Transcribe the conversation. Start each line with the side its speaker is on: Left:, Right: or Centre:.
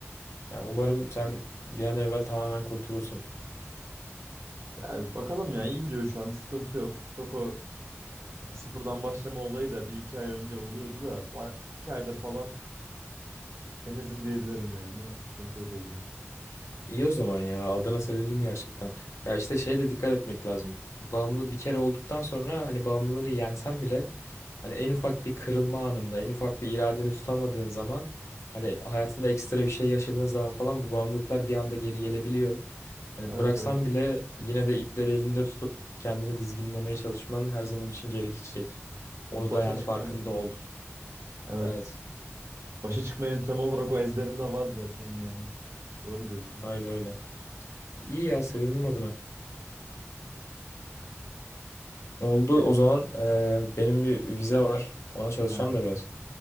Left: Ya umarım sen
Right: Öyle.
Left: bir an evvel tamamen kurtulursun.
Right: Yani bakalım ya iyi gidiyor şu an. Bir sıkıntı yok. Çok o sıfırdan başlama olayı da bir iki ay önce oluyordu da. ba- iki aydır falan temizim diyebilirim yani. Sıkıntı yok o yüzden.
Left: İyi o zaman ya. Adına sevindim gerçekten. Ya işte şeye de dikkat etmek lazım. Bağımlı bir kere olduktan sonra hani bağımlılığını yensen bile hani en ufak bir kırılma anında, en ufak bir iradeni tutamadığın zaman hani hayatında ekstra bir şey yaşadığın zaman falan bu bağımlılıklar bir anda geri gelebiliyor. Hani
Right: Evet
Left: bıraksan
Right: evet.
Left: bile yine de ipleri elinde tutup kendini dizginlemeye çalışman her zaman için gerekecek.
Right: O
Left: Onu
Right: başa
Left: da yani
Right: çıkma
Left: farkında
Right: yöntemi
Left: ol.
Right: olarak. Evet.
Left: Evet,
Right: Başa çıkma yöntemi olarak o ezberinde var zaten yani. Doğru diyorsun.
Left: öyle öyle. İyi ya, sevindim adına. Oldu.
Right: Ya benim
Left: O zaman e,
Right: Heh,
Left: benim bir vize var. Ona çalışacağım
Right: ha,
Left: da biraz.